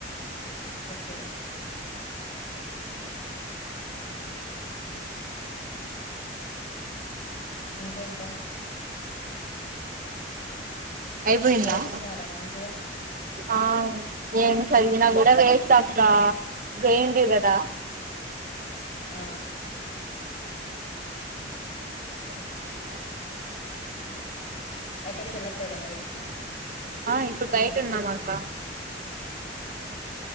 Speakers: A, on the left; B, on the right.
A: ఓకే ఇంకేంట్రా
B: అయిపోయిందా
A: చదువుకుంటున్నారా మంచిగా
B: ఆ ఏం చదివినా గూడా వేస్ట్ అక్క జె ఎన్ టి యు కదా
A: ఆ
B: మంచిగుంది
A: ఎక్కడికి వెళ్ళట్లేదా బయటికి
B: ఆ ఇప్పు బయటున్నాం అక్కా
A: హ్మ్